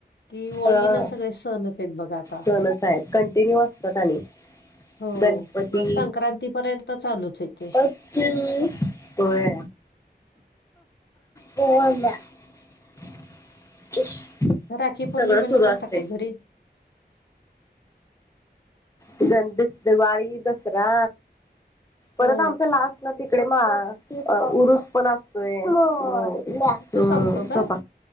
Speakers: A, on the left; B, on the left.
A: कि ओळीन
B: हा
A: सगळे सणत आहेतेत बघा आता
B: सणच आहेत कंटिन्यू असतात आणि
A: हो
B: गणपती
A: संक्रांतीपर्यंत चालूच आहे तेे
B: आजी होय बोलल्या <unintelligible>
A: राखी पौर्णिमेला
B: सगळं सुरू असते
A: जाता काही घरी
B: त गण दिस दिवाळी दसरा परत
A: हो
B: आमच्या लास्ट ला तिकडे मा उरुस पण असतोय हम्
A: तूच असतो
B: झोपा
A: का